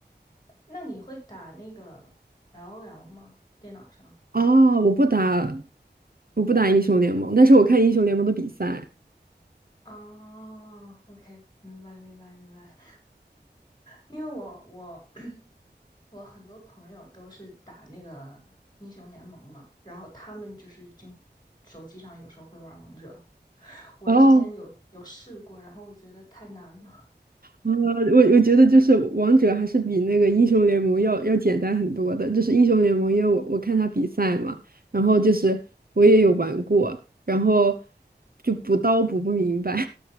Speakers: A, on the left; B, on the right.
A: 那你会打那个 LOL 吗？电脑上？
B: 哦，我不打，我不打英雄联盟，但是我看英雄联盟的比赛。
A: 啊 o k 明白明白明白。因为我我 <coughs> <clears throat> 我很多朋友都是打那个英雄联盟嘛，然后他们就是已经手机上有时候会玩王者。我之前有有试过，
B: 哦，
A: 然后我觉得太难了。
B: 呃，我我觉得就是王者还是比那个英雄联盟要要简单很多的。就是英雄联盟，因为我我看他比赛嘛，然后就是我也有玩过，然后就补刀补不明白。